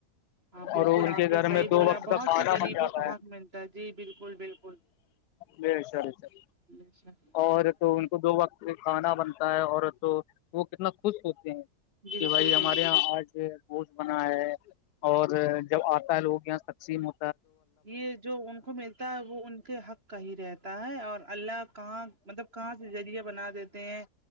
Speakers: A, on the right; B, on the left.
A: ہاں بالکل
B: اور ان
A: آپ
B: کے
A: نے
B: گھر
A: صحیح
B: میں
A: بولا
B: دو وقت
A: بہت
B: کا کھانا
A: سے غریبوں
B: بن جاتا
A: کو
B: ہے
A: حق ملتا ہے جی بالکل بالکل
B: ب چال چ <unintelligible>
A: جیش <unintelligible>
B: اور تو ان کو دو وقت کھانا بن ہے اور تو وہ کتنا خوش ہوتے ہیں
A: بالکل
B: کہ بھائی
A: بالکل
B: ہمارے یہاں آج ش بنا ہے اور جب آتا ہے لوگ یہاں تقسیم ہو
A: یہ جو ان کو ملتا ہے وہ ان کے حق کا ہی رہتا ہے اور اللہ کہاں مطلب کہاں سے ذریعہ بنااتے دیتے ہیں